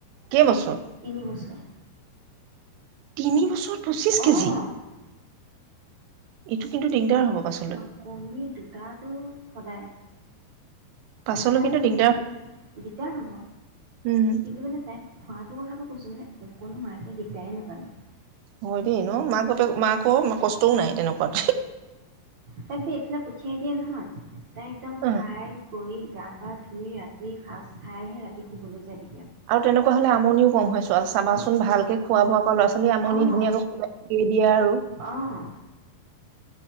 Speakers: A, on the right; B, on the right.
A: কেই বছৰ।
B: তিনি বছৰ
A: তিনি বছৰ পঁচিছ
B: অঁ
A: কেজি। এইটো কিন্তু দিগদাৰ হ'ব। পাছলৈ
B: অ কণী দু। তাতো সদায়।
A: পাছলৈ
B: দুটা
A: কিন্তু
B: দিম
A: দিগদাৰ
B: ৰেগুলাৰ দিগদাৰ হ'ব
A: উম
B: কিন্তু মানে টাই। খোৱাটো কথাটো কৈছো মানে অকো মাকে দিগদাৰ নাপালে।
A: হয় দেই ন মাক বাপেক মাকো কষ্টও নাই তেনেকুৱাত।
B: তাক যে এইফালাক পঠিয়াই দিয়ে নহয়। ত একদম
A: অ
B: খাই। কৈ গা পা ধুই ৰাতি সাঁজ খাইহে ৰাতি শুবলৈ যায় গে।
A: আৰু তেনেকুৱা হলে আমনিও কম হৈ চোৱা চাবাচোন
B: অঁ
A: ভালকে খোৱা বোৱা আকৌ ল'ৰা ছোৱালী আমনি
B: অঁ
A: ধুনীয়াকে শুলে, শুই দিয়ে আৰু।
B: অঁ